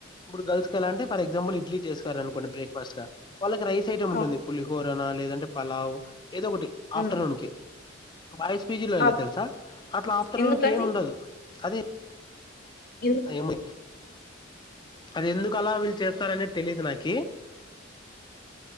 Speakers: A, on the left; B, on the left.
A: ఇప్పుడు గర్ల్స్ కి ఎలా అంటె ఫర్ ఎగ్జాంపుల్ ఇడ్లీ చేసారునుకోండి బ్రేక్ఫాస్ట్ గా వాళ్ళకి రైస్ ఐటమ్ ఉంటుంది
B: అవ్
A: పులిహో పనా లేదంటె పలావ్ ఏదో ఒకటి
B: ఉమ్
A: ఆఫ్టర్నూన్ కి బాయ్స్ పీజీ లొ ఎలా
B: అబ్
A: తెలుసా అట్ల ఆఫ్టర్నూన్
B: ఎందుకండి
A: కి ఏం ఉండదు అదే
B: ఎ <unintelligible>
A: ఏమో అది ఎందు కలా వీళ్ళు చేస్తారనేది తెలీదు నాకి